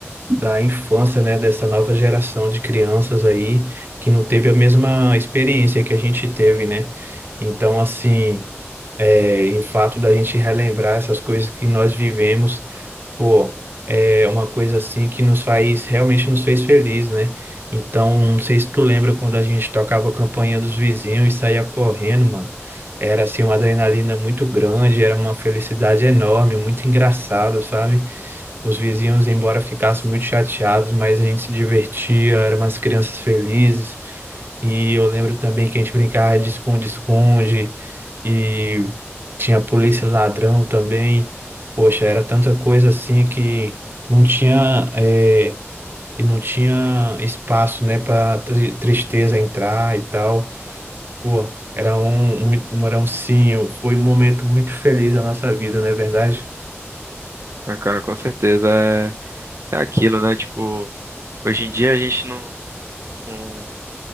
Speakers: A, on the right; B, on the right.
A: da infância, né, dessa nova geração de crianças aí que não teve a mesma experiência que a gente teve, né? Então, assim. É, em fato da gente relembrar essas coisas que nós vivemos, pô, é uma coisa assim que nos faz, realmente nos fez feliz, né? Então, não sei se tu lembra quando a gente tocava a campainha dos vizinhos e saía correndo, mano. Era assim uma adrenalina muito grande, era uma felicidade enorme, muito engraçado, sabe? Os vizinhos, embora ficassem muito chateados, mas a gente se divertia, eram umas crianças felizes. E eu lembro também que a gente brincava de esconde-esconde e tinha polícia e ladrão também. Poxa, era tanta coisa assim que não tinha eh, e não tinha espaço, né, para tristeza entrar e tal. Pô, era um, muito um era um sim foi um momento muito feliz da nossa vida, não é verdade?
B: Ah, cara, com certeza é, é aquilo, né? Tipo, hoje em dia a gente não, não